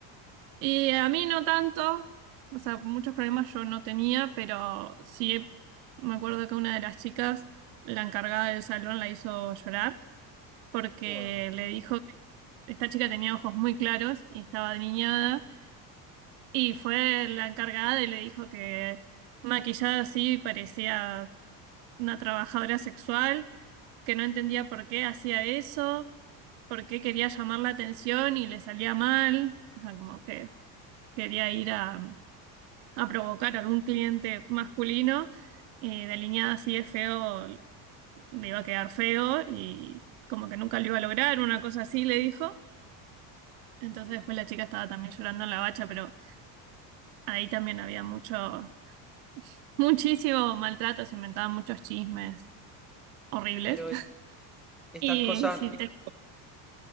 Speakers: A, on the right; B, in the centre.
A: y a mí no tanto, o sea, muchos problemas yo no tenía, pero sí me acuerdo que una de las chicas, la encargada del salón, la hizo llorar porque
B: Wow,
A: le dijo que esta chica tenía ojos muy claros y estaba niñada, y fue la encargada y le dijo que maquillada así parecía una trabajadora sexual que no entendía por qué hacía eso, por qué quería llamar la atención y le salía mal, o sea, como que quería ir a, a provocar a algún cliente masculino, y delineada así de feo, le iba a quedar feo y como que nunca lo iba a lograr, una cosa así le dijo. Entonces
B: sí.
A: después la chica estaba también llorando en la bacha, pero ahí también había mucho, muchísimo maltrato, se inventaban muchos chismes horribles.
B: Pero es-
A: <laughs>
B: estas
A: Y
B: cosas
A: si te